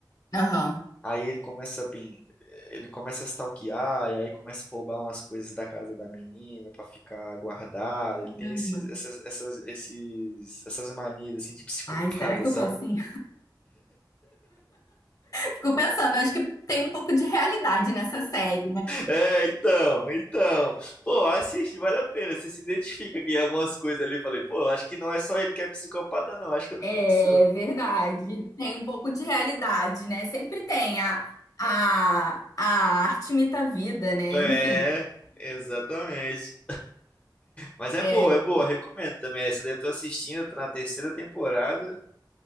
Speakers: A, on the left; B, on the left.
A: Aham.
B: Aí ele começa a pin... ele começa a stalkear, e aí começa a roubar umas coisas da casa da menina pra ficar guardada. Ele tem
A: Caramba.
B: esses, essas, essas, esses, essas manias assim de <laughs> psicopata,
A: Ai, será que
B: sabe?
A: eu tô assim? Fico pensando, acho que tem um pouco de realidade nessa série.
B: É, então, então. Pô, assiste, vale a pena. Você se identifica com algumas coisas ali. Eu Falei, pô, eu acho que não é só ele que é psicopata, não. Acho que eu também
A: É
B: sou.
A: verdade. Tem um pouco de realidade, né? Sempre tem. A, a, a arte imita a vida, né?
B: É,
A: Enfim,
B: é, exatamente. Mas é
A: é,
B: boa, é boa, recomendo também. Essa daí eu tô assistindo, tô na terceira temporada.